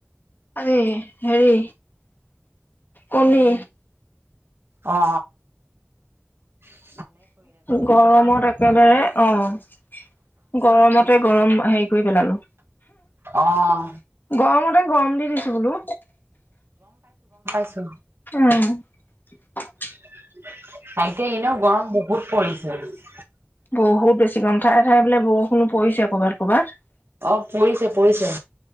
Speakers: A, on the left; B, on the right.
A: এই হেৰি কণী।
B: অ অ অ
A: গৰমত একেবাৰে অ গৰমতে গৰম হেৰি কৰি পেলালো
B: অহ
A: গৰমতে গৰম দি দিছো বোলো।
B: আছো
A: উম
B: তাইতে এনেও গৰম বহুত পৰিছে। <unintelligible>
A: বহুত বেছি গৰম ঠায়ে ঠায়ে বোলে বৰষুণো পৰিছে ক'ৰবাত। কবাত
B: অ পৰিছে পৰিছে।